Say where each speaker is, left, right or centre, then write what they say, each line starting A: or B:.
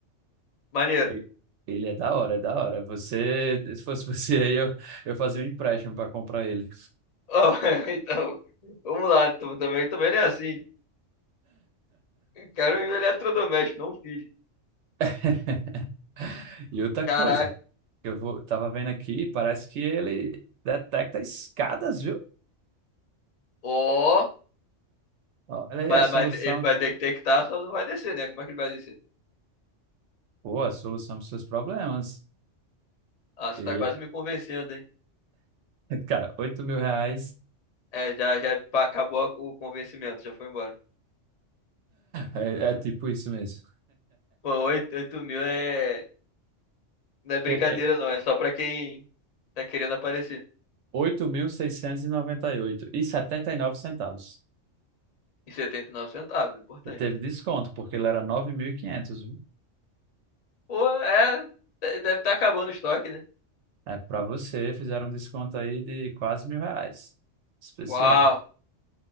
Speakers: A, on the left; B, on the right.
A: Maneiro.
B: E- Ele é da hora, é da hora. Você, se fosse você aí, eu, eu fazia um empréstimo pra comprar ele.
A: Ó, <laughs> então, vamos lá. Tô- Também, também não é assim. Quero um eletrodoméstico, não um filho.
B: <laughs> E outra
A: Caraca.
B: coisa, que eu vou, tava vendo aqui, parece que ele detecta escadas, viu?
A: Ó,
B: Olha aí
A: mas,
B: a solução.
A: mas, mas tem que estar, só não vai descer, né? Como é que ele vai descer?
B: Pô, a solução para os seus problemas.
A: Ah, você
B: E,
A: tá quase me convencendo, hein?
B: <laughs> cara, 8 mil reais
A: É, já, já pa- acabou o convencimento, já foi embora.
B: é, é tipo isso mesmo.
A: Pô, 8, 8 mil é. Não é brincadeira,
B: É, é,
A: não. É só pra quem tá querendo aparecer.
B: oito mil seiscentos e noventa e e e oito setenta e nove centavos.
A: E 79 centavos, importante.
B: E teve desconto, porque ele era 9.500, viu?
A: Pô, é. de- Deve estar acabando o estoque, né?
B: É, para você, fizeram um desconto aí de quase mil reais. Especial.
A: Uau!